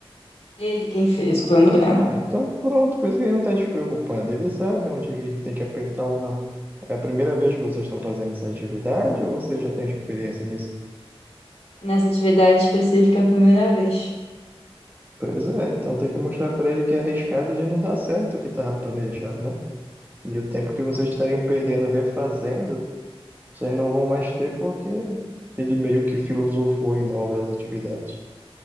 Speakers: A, on the left; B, on the right.
A: Ele quem fez o cronograma
B: Ah, então pronto, por isso que ele não está te preocupando. Ele sabe onde é que ele tem que apertar ou não. É a primeira vez que vocês estão fazendo essa atividade ou você já tem experiência nisso?
A: nessa atividade específica a primeira vez.
B: Pois é, então tem que mostrar para ele que é arriscado de não dar certo o que estava planejado, né? E o tempo que vocês estariam perdendo refazendo, vocês não vão mais ter porque ele meio que filosofou em novas atividades.